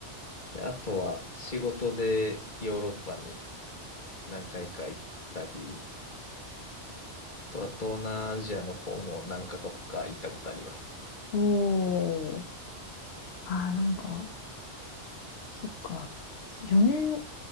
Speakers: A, on the left; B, on the left.
A: で、あとは仕事でヨーロッパに何回か行ったり、あとは東南アジアの方も何カ国か行ったことあります。
B: おー。ああ、なんか、そっか。4年